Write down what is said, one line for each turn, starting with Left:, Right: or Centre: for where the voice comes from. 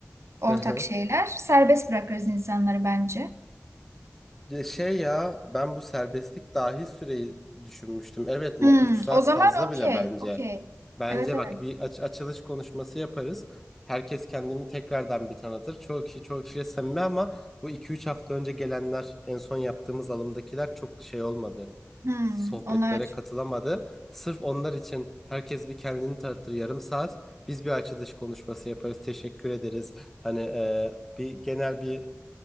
Right: ortak
Centre: Hı hı.
Right: şeyler. Serbest bırakırız insanları bence.
Centre: De şey ya ben bu serbestlik dahil süreyi düşünmüştüm. Evet
Right: Hmm,
Centre: 3 saat
Right: o zaman
Centre: fazla
Right: okey,
Centre: bile bence.
Right: okey.
Centre: Bence
Right: Evet evet.
Centre: bak bir aç- açılış konuşması yaparız. Herkes kendini tekrardan bir tanıtır. Çoğu kişi çoğu kişiyle samimi ama bu 2-3 hafta önce gelenler en son yaptığımız alımdakiler çok şey olmadı.
Right: Hmm,
Centre: Sohbetlere
Right: onlar.
Centre: katılamadı. Sırf onlar için herkes bir kendini tanıtır yarım saat. Biz bir açılış konuşması yaparız. Teşekkür ederiz. Hani e, bir genel bir